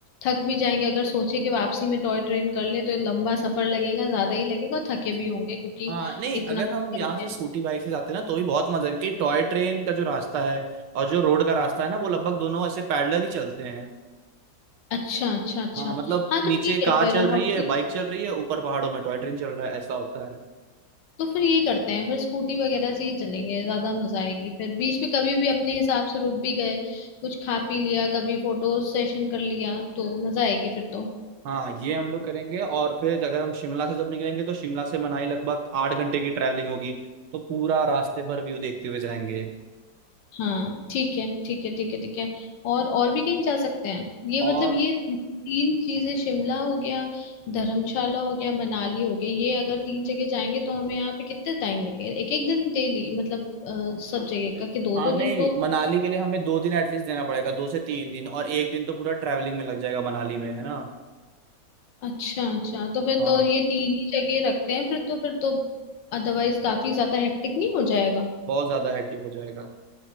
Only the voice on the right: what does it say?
हाँ नहीं
अगर
हम यहाँ
से
स्कूटी बाइक से जाते हैं ना तो भी बहुत मजा है क्योंकि टॉय ट्रेन का जो रास्ता है और जो रोड का रास्ता है ना वो लगभग दोनों ऐसे पैरेलल ही चलते हैं
हाँ मतलब
नीचे
कार
चल
रही
है बाइक चल रही है ऊपर पहाड़ों में टॉय ट्रेन चल रहा है ऐसा होता है
हाँ ये हम लोग करेंगे और फिर अगर हम शिमला से जब निकलेंगे तो शिमला से मनाली लगभग आठ घंटे की ट्रैवलिंग होगी तो पूरा रास्ते भर व्यू देखते हुए जाएंगे
और
हाँ
नहीं
मनाली के लिए हमें दो दिन एटलीस्ट देना पड़ेगा दो से तीन दिन और एक दिन तो पूरा ट्रैवलिंग में लग जाएगा मनाली में है ना
हाँ
बहुत ज्यादा हेक्टिक हो जाएगा